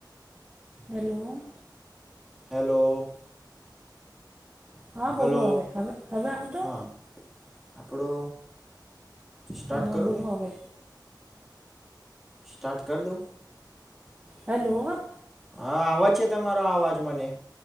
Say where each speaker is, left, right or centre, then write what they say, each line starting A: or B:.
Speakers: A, on the right; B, in the centre.
A: હેલો
B: હેલો
A: હા
B: હલો
A: બોલો હવે હવે હવે આવતો
B: હા આપણો સ્ટાર્ટ
A: હા
B: કરુ
A: બોલો
B: મે
A: હવે
B: સ્ટાર્ટ કર દો
A: હેલો
B: હા આવવાજ છે, તમારો અવાજ મને